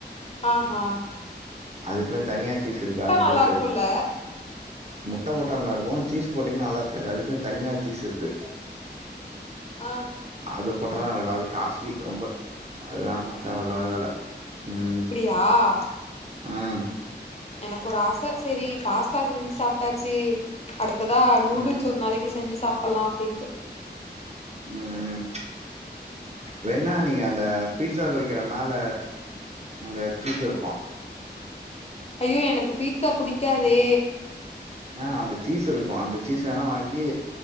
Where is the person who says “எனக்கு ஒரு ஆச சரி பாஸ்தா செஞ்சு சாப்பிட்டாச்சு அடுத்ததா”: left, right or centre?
Left